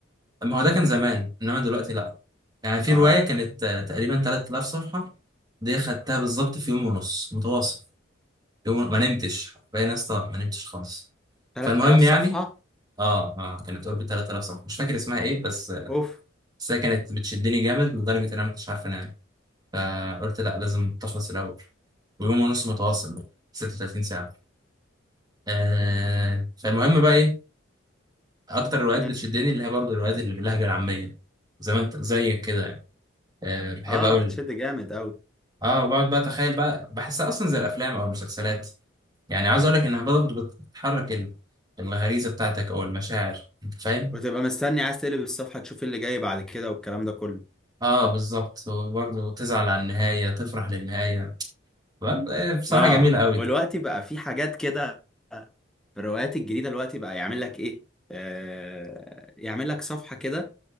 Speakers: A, on the right (about 20°); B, in the centre.
A: ما هو ده كان زمان انما دلوقتي لا يعني في
B: اه
A: روايه كانت آه، تقريبا 3000 صفحه دي خدتها بالظبط في يوم ونص متواصل يوم ما نمتش باين يا اسطى ما نمتش خالص
B: 3000
A: فالمهم
B: صفحة
A: يعني اه اه كانت اوربت 3000 صفحه مش فاكر اسمها ايه بس
B: اوف
A: بس هي كانت بتشدني جامد لدرجه ان انا ما كنتش عارف انام فقلت لا لازم تخلص الاول ويوم ونص متواصل بقى 36 ساعه آه فالمهم بقى ايه اكتر الروايات
B: مم.
A: بتشدني اللي هي برضه الروايات اللي باللهجه العاميه زي ما انت زي كده يعني آه بحب
B: اه
A: اقول
B: بتشد جامد قوي
A: اه وبقعد بقى اتخيل بقى بحسها اصلا زي الافلام او المسلسلات يعني عايز اقول لك انها برضه بتحرك ال- الغريزه بتاعتك او المشاعر انت فاهم
B: وتبقى مستني عايز تقلب الصفحة تشوف إيه اللي جاي بعد كده والكلام ده كله
A: اه بالظبط وبرضه تزعل على النهاية تفرح للنهاية برضه، آه، بصراحة
B: اه
A: جميلة قوي
B: والوقت بقى في حاجات كده في الروايات الجديدة دلوقتي بقى يعمل لك ايه آه يعمل لك صفحة كده